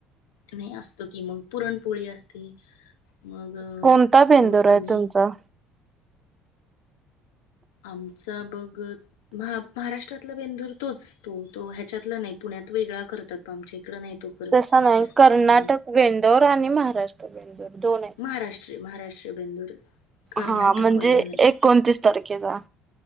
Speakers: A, on the left (about 80°); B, on the right (about 30°).
A: नाही असतो की मग पुरणपोळी असते मग अ
B: कोणता बेंदूर आहे
A: आम्ही
B: तुमचा
A: आमचा बघ महा महाराष्ट्रातला बेंदूर तोच तो तो ह्याच्यातला नाही पुन्य त वेगळा करतात आमच्या इकडे नाही तो करत
B: तसं नाही कर्नाटक
A: अ
B: बेंदोर आणि महाराष्ट्र बेंदोर दोन आहे
A: महाराष्ट्र महाराष्ट्रीय बेंदूरच कर्नाटकवाला
B: हा म्हणजे
A: नाही
B: एकोणतीस तारखेचा.